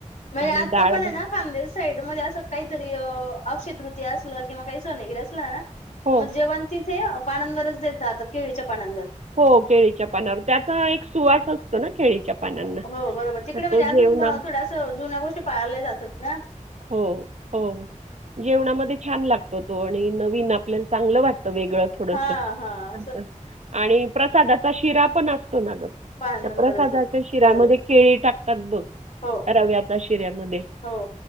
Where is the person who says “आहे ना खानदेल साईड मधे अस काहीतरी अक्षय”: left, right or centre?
Left